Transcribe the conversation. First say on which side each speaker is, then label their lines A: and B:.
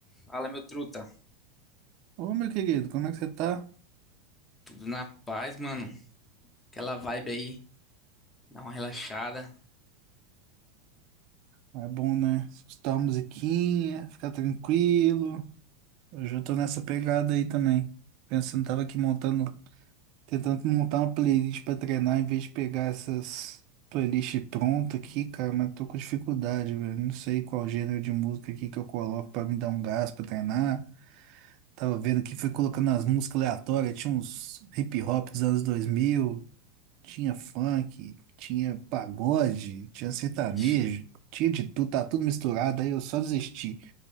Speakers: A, on the left (about 15°); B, on the right (about 55°).
A: Fala, meu truta.
B: Ô, meu querido, como é que você tá?
A: Tudo na paz, mano. Aquela vibe aí, dá uma relaxada.
B: É bom, né? Escutar uma musiquinha, ficar tranquilo. Hoje eu tô nessa pegada aí também. Pensando, tava aqui montando, tentando montar uma playlist pra treinar em vez de pegar essas playlists prontas aqui, cara, mas tô com dificuldade, velho. Não sei qual gênero de música aqui que eu coloco pra me dar um gás pra treinar. Tava vendo que fui colocando as músicas aleatórias, tinha uns hip hop dos anos 2000. Tinha funk, tinha pagode, tinha sertanejo,
A: Ixi,
B: tinha de tudo, tá tudo misturado, aí eu só desisti. <laughs>